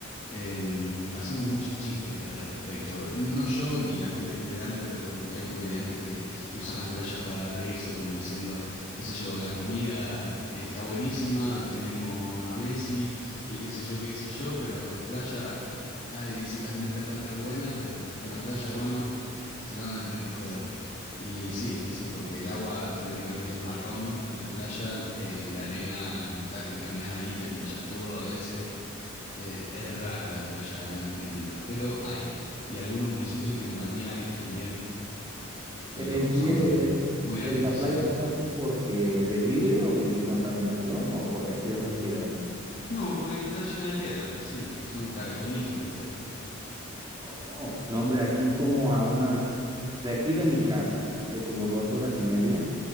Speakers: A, on the left; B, on the right.
A: Em, hacemos muchos chistes al respecto. No yo ni la gente en general, pero es como que hay comediantes que usan las playas para reírse, como diciendo, qué sé yo, la comida está buenísima, tenemos a Messi y qué sé yo, qué sé yo, pero las playas, ay, sí, las minitas están re buenas, pero con las playas, hermano, se la van a tener que joder. Y sí, sí, porque el agua prácticamente es marrón en la playa, eh, la arena está que caminas ahí, te pinchás todo a veces. Eh, es rara la playa en Argentina, pero hay. Y algunos municipios tienen balnearios también, pero
B: E- en sí
A: son
B: es,
A: muy artificiales.
B: en la playa está así porque de vidrio y de contaminación o porque así es las piedras.
A: No, porque está llena de piedra. Sí, son
B: ahí?
A: caracolitos, ¿viste?
B: Oh, no, hombre, aquí como a unas, de aquí de mi casa, se hace como dos horas y media,